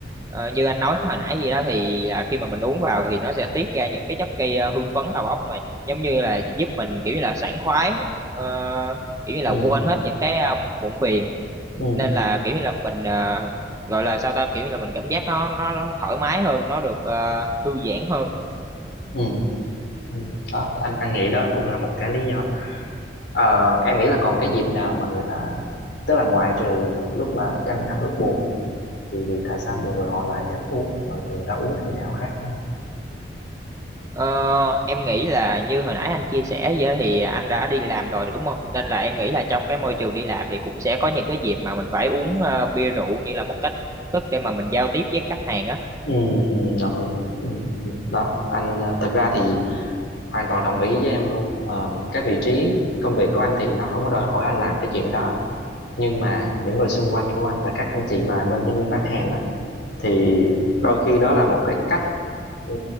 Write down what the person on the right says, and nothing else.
ờ, như anh nói hồi nãy gì đó thì là khi mà mình uống vào thì nó sẽ tiết ra những cái chất gây ờ, hưng phấn đầu óc mà giống như là giúp mình kiểu như là sảng khoái ờ, kiểu như là
quên hết những cái ờ, muộn phiền
nên là kiểu như là mình ờ, gọi là sao ta kiểu như là mình cảm giác nó nó, nó thoải mái hơn nó được ờ, thư giãn hơn
Ờ, em nghĩ là như hồi nãy anh chia sẻ vậy thì anh đã đi làm rồi đúng không? Nên là em nghĩ là trong cái môi trường đi làm thì cũng sẽ có những cái dịp mà mình phải uống ờ, bia rượu như là một cách thức để mà mình giao tiếp với khách hàng á.